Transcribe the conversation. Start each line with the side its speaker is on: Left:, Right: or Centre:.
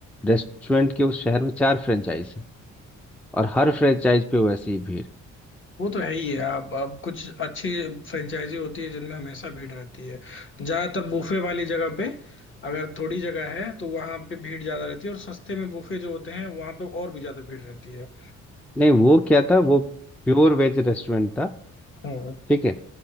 Centre: रेस्टोरेंट के उस शहर में चार फ्रेंचाइज है और हर फ्रेंचाइज पे वैसी ही भीड़
Left: वो तो है ही है आप अब कुछ अच्छी फ्रेंचाइजी होती है जिनमें हमेशा भीड़ रहती है ज्यादातर बूफे वाली जगह पे अगर थोड़ी जगह है तो वहां पे भीड़ ज्यादा रहती है और सस्ते में बूफे जो होते हैं वहां पे और भी ज्यादा भीड़ रहती है
Centre: नहीं वो क्या था वो प्योर वेज रेस्टोरेंट था
Left: हम्म
Centre: ठीक है